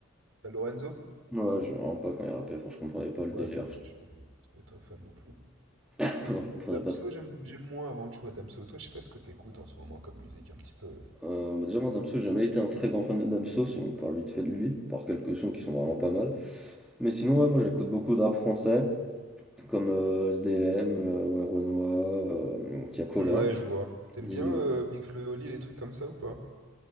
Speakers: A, on the right; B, in the centre.
A: Ça, Lorenzo?
B: Ouais, je vraiment pas quand il rappait, enfin, je comprenais pas le
A: Ouais,
B: délire.
A: non, mais
B: je-
A: je suis pas non plus très, très fan non plus.
B: <laughs> Non, je comprenais
A: Damso,
B: pas trop.
A: j'aime j'aime moins avant, tu vois, Damso. Toi, je sais pas ce que t'écoutes en ce moment comme musique, un petit peu.
B: Euh, bah, déjà, moi, Damso, j'ai jamais été un très grand fan de Damso, si on parle vite fait de lui, par quelques sons qui sont vraiment pas mal. Mais sinon, ouais, moi, j'écoute beaucoup de rap français, comme euh, SDM, euh, ouais, Renoir, euh, Tiakola,
A: Ouais, je vois. T'aimes
B: Nino.
A: bien euh, Big Flo et Oli, les trucs comme ça ou pas?